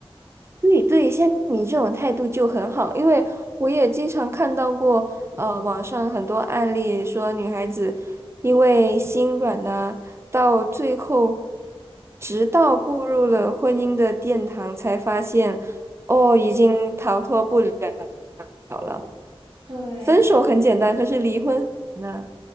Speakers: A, on the right; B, on the right.
A: 对对，像你这种态度就很好，因为我也经常看到过，呃，网上很多案例说女孩子因为心软呐、到最后，直到步入了婚姻的殿堂，才发现，哦，已经逃脱不了了。
B: 对，
A: 分手很简单，
B: 所以
A: 可是离婚很难啊